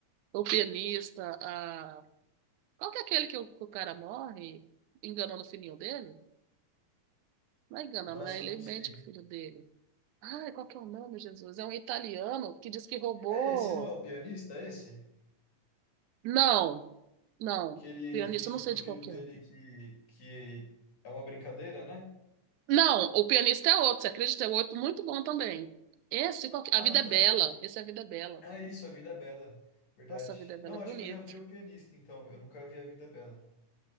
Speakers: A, on the right; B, on the left.
A: O Pianista, a... Qual que é aquele que o, que o cara morre enganando o filhinho dele? Não é enganando,
B: Nossa,
A: né? Ele
B: eu não
A: mente
B: sei.
A: pro filho dele. Ai, qual que é o nome, Jesus? É um italiano que diz que roubou.
B: É, esse não é o pianista, é esse?
A: Não, não.
B: Que ele
A: Pianista,
B: finge
A: eu não sei
B: pro
A: de
B: filho
A: qual que
B: dele
A: é.
B: que, que é uma brincadeira, né?
A: Não, o pianista é outro, você acredita? É outro muito bom também. Esse, qual que...
B: Ah,
A: A Vida
B: tá.
A: é Bela. Esse é A Vida é Bela.
B: Ah, isso, A Vida é Bela. Verdade.
A: Nossa, A Vida é Bela
B: Não,
A: é bonito.
B: acho que eu já vi O Pianista, então. Eu nunca vi A Vida é Bela.